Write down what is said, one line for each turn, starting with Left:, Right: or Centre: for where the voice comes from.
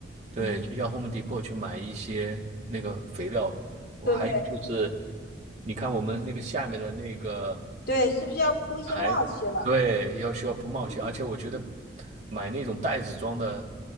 Right: 对，
Left: 嗯，
Right: 去一下 Home Depot 去买一些那个肥料。我还有就是，
Left: 对
Right: 你看我们那个下面的那个
Left: 对，是不是要铺一些帽子了？
Right: 还，对，要需要不冒险，而且我觉得买那种袋子装的